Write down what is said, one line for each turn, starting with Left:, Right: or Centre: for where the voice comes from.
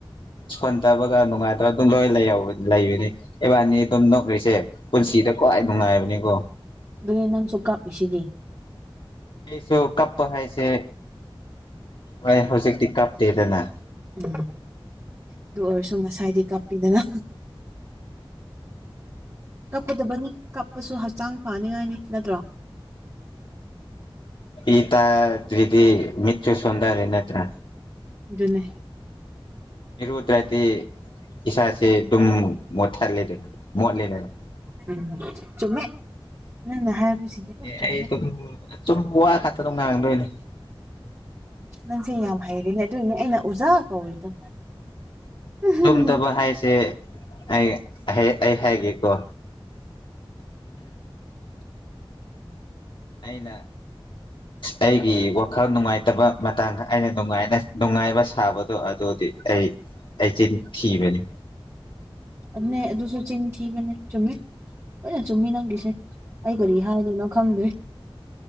Left: ꯁꯣꯟ ꯇꯕꯒ ꯅꯨꯡꯉꯥꯏꯇꯕ ꯑꯗꯨꯝ ꯂꯣꯏ ꯂꯩꯕꯅꯤ ꯏꯕꯥꯅꯤ ꯑꯗꯨꯝ ꯅꯣꯛꯈꯔꯤꯁꯦ ꯄꯨꯟꯁꯤꯗ ꯈ꯭ꯋꯥꯏ ꯅꯨꯡꯉꯥꯏꯕꯅꯤꯀꯣ
Right: ꯑꯗꯨꯅꯦꯟ ꯅꯪꯁꯨ ꯀꯞꯄꯤꯁꯤꯗꯤ
Left: ꯑꯩꯁꯨ ꯀꯞꯄ ꯍꯥꯏꯁꯦ ꯍꯣꯏ ꯍꯧꯖꯤꯛꯇꯤ ꯀꯞꯇꯦꯗꯅ
Right: ꯎꯝ ꯑꯗꯨ ꯑꯣꯏꯔꯁꯨ ꯉꯁꯥꯏꯗꯤ ꯀꯥꯞꯄꯤꯗꯅ ꯀꯞꯀꯗꯕꯅꯤ ꯀꯞꯄꯁꯨ ꯍꯛꯆꯥꯡ ꯐꯅꯤꯡꯉꯥꯏꯅꯤ ꯅꯠꯇ꯭ꯔꯣ
Left: ꯏꯇꯥ ꯑꯗꯨꯏꯗꯤ ꯃꯤꯠꯁꯦ ꯁꯣꯟꯗꯔꯦ ꯅꯠꯇ꯭ꯔꯥ
Right: ꯑꯗꯨꯅꯦ
Left: ꯏꯔꯨꯗ꯭ꯔꯗꯤ ꯏꯁꯥꯁꯦ ꯑꯗꯨꯝ ꯃꯣꯠꯊꯜꯂꯦꯗꯅ ꯃꯣꯠꯂꯦꯗꯅ
Right: ꯎꯝ ꯆꯨꯝꯃꯦ ꯅꯪꯅ ꯍꯥꯏꯕꯁꯤꯗꯤ ꯑꯗꯨꯝ ꯆꯨꯝꯃꯦ
Left: ꯑꯩ ꯑꯗꯨꯝ ꯋꯥ ꯈꯥ ꯇꯗꯣ ꯉꯥꯡꯂꯣꯏꯅꯦ
Right: ꯅꯪꯁꯦ ꯌꯥꯝ ꯍꯩꯔꯦꯅꯦ ꯑꯗꯨꯏꯅꯦ ꯑꯩꯅ ꯑꯣꯖꯥ ꯀꯧꯔꯤꯗꯣ ꯎꯝ
Left: ꯇꯨꯝꯗꯕ ꯍꯥꯏꯁꯦ ꯑꯩ ꯑꯩ ꯍꯥꯏꯒꯦꯀꯣ ꯑꯩꯅ ꯑꯩꯒꯤ ꯋꯥꯈꯜ ꯅꯨꯡꯉꯥꯏꯇꯕ ꯃꯇꯥꯡꯗ ꯑꯩꯅ ꯅꯨꯡꯉꯥꯏꯅ ꯅꯨꯡꯉꯥꯏꯕ ꯁꯥꯕꯗꯣ ꯑꯗꯨꯗꯤ ꯑꯩ ꯑꯩꯆꯤꯟ ꯊꯤꯕꯅꯤ
Right: ꯑꯗꯨꯅꯦ ꯑꯗꯨꯁꯨ ꯆꯤꯟ ꯊꯤꯕꯅꯦ ꯆꯨꯝꯃꯤ ꯂꯣꯏꯅ ꯆꯨꯝꯃꯤ ꯅꯪꯒꯤꯁꯦ ꯑꯩ ꯀꯔꯤ ꯍꯥꯏꯗꯣꯏꯅꯣ ꯈꯪꯗ꯭ꯔꯦ